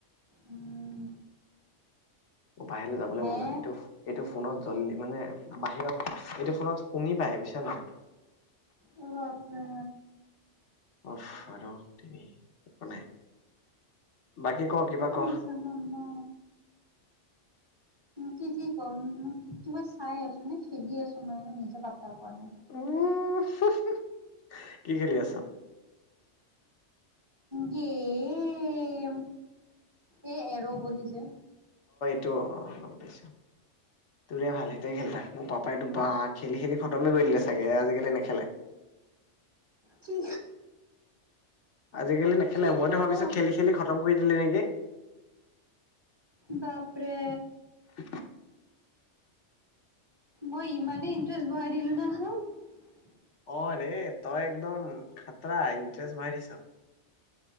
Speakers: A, on the right; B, on the left.
A: উম
B: বাহিৰলৈ যাবলৈ
A: হে
B: মন যোৱা নাই এইটো এইটো ফোনত জলদি মানে বাহিৰত এইটো ফোনত শুনি পায় বুইছা নাই
A: অ' আতছা
B: উফ আৰু তিনি একো নাই বাকী ক কিবা
A: কি
B: ক
A: যে হব <unintelligible> কি কি ক'ম মোক কিবা চাই আছো নে খেদি আছো মই একো নিজে পাত্তা পোৱা নাই
B: <unintelligible> কি খেলি আছ
A: গেম এ এৰ' বুলি যে
B: ত গম পাইছো তোৰে ভাল সেইতে খেল তাক মোৰ পাপাইতো বা খেলি খেলি খতমে কৰি দিলে চাগে আজিকালি নেখেলে
A: কি
B: আজিকালি নে? খেলে
A: কি
B: মইতো
A: কম
B: ভাবিছো খেলি খেলি খতম কৰি হয় যে <unintelligible>
A: বাপৰে।
B: <inaudible>
A: মই ইমানেই ইণ্টাৰেষ্ট বঢ়াই দিলো ন। সেই <unintelligible>
B: অ' ৰে তই একদম খাতৰা ইণ্টাৰেষ্ট বৰহাই দিচ।